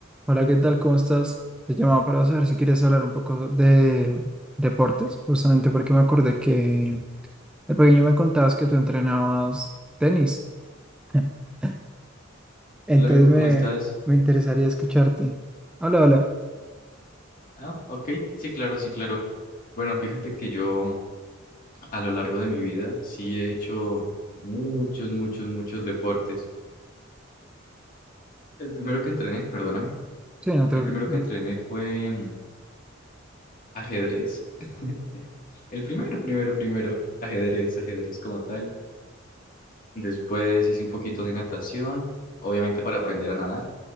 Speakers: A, in the centre; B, on the left.
A: Hola, ¿qué tal? ¿Cómo estás? Te llamaba para saber si quieres hablar un poco de deportes, justamente porque me acordé que de pequeño me contabas que tú entrenabas tenis. <laughs> Entonces
B: Hola amigo,
A: me,
B: ¿cómo estás?
A: me interesaría escucharte. Hola, hola.
B: Ah, ok, sí, claro, sí, claro. Bueno, fíjate que yo a lo largo de mi vida sí he hecho muchos, muchos, muchos deportes. El primero que entrené, perdóname,
A: Sí, no te-
B: el primero
A: no-
B: que entrené fue mm, ajedrez. <laughs> El primero, primero, primero, ajedrez, ajedrez como tal. Después hice un poquito de natación, obviamente para aprender a nadar.